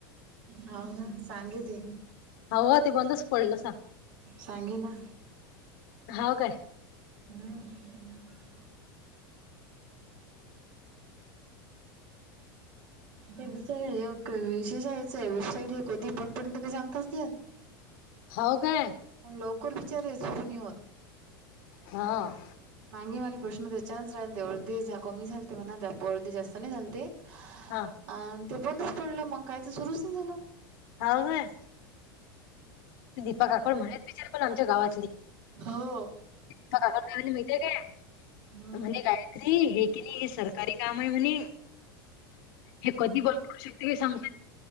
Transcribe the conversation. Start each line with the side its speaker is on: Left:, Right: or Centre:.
Right: हव ना सांगे ते.
Left: हाव ते बंदच पडलं सा.
Right: सांगे ना!
Left: हाव काय
Right: हम्म हम्म. ये बिच्या योक्क यायचय वेबसाईट हे कधी बंद पडत काही सांगताच नाही.
Left: हाव काय?
Right: पण लवकर बिचारे सुरू नी होत.
Left: हां.
Right: मांगे माली प्रश्न त्याच्यानच राहिल तेवढं अर्धी झाका कमी झालते म्हणा अर्धे जास्त नाही झालते.
Left: हा.
Right: आन ते बंदच पडलं मंग काय ते सुरुच नाही झालं.
Left: हाव नाय दिपा काकड म्हणेत बिचारी पण आमच्या गावातली.
Right: हो.
Left: <unintelligible> करडनी माहतीय काय.
Right: हम्म
Left: म्हणे गायत्री हे की नाही सरकारी काम आहे म्हणे. हे कधी बंद पडशील ते सांगता